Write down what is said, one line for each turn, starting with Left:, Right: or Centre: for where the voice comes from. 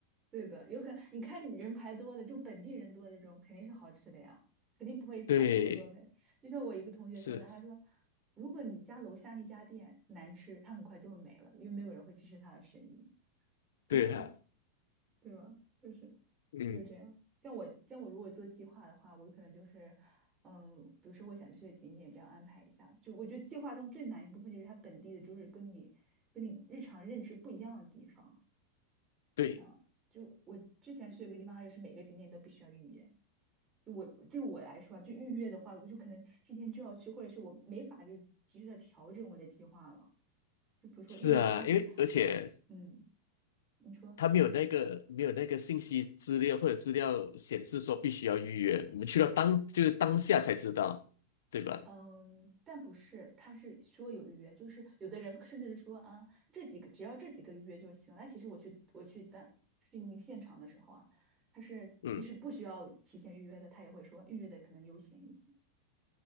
Right: 对的，有可能你看你人排多的，就本地人多的这种，肯定是好吃的呀，肯定不会踩那么多雷。
Left: 对，
Right: 就像我一个同学说的，
Left: 是，
Right: 他说，如果你家楼下那家店难吃，他很快就会没了，因为没有人会支持他的生意。对吧？
Left: 对哈、
Right: <laughs> 对吧？就是就是这样。
Left: 嗯，
Right: 像我像我如果做计划的话，我可能就是，嗯，比如说我想去的景点这样安排一下。就我觉得计划中最难一部分就是它本地的，就是跟你跟你日常认知不一样的地方。
Left: 对，
Right: 这样，就我之前去的一个地方，它就是每个景点都必须要预约。就我对我来说啊，就预约的话，我就可能今天就要去，或者是我没法就及时的调整我的计划了。就比如说预约的它是，
Left: 是啊，因为而且
Right: 嗯，你说。
Left: 他没有那个没有那个信息资料或者资料显示说必须要预约，我们去到当就是当下才知道，对吧？
Right: 嗯，但不是，他是说有预约，就是有的人甚至是说啊，这几个只要这几个预约就行。那其实我去我去当去那个现场的时候啊，他是即使不需要提前预约的，
Left: 嗯，
Right: 他也会说预约的可能优先一些，